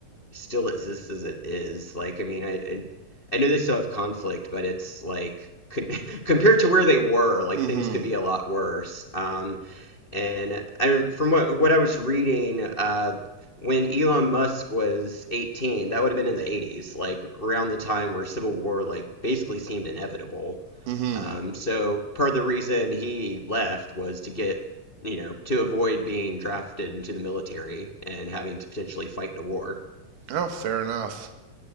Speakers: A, on the left (about 70°); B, on the right (about 70°).
A: still exists as it is. Like, I mean, I I, I know they still have conflict, but it's like. con- <laughs> Compared to where they were, like
B: Mhm.
A: things could be a lot worse. Um, and I, from what what I was reading, uh, when Elon Musk was 18, that would have been in the 80s, like around the time where civil war like basically seemed inevitable.
B: Mhm.
A: Um, so part of the reason he left was to get, you know, to avoid being drafted into the military and having to potentially fight in a war.
B: Oh, fair enough.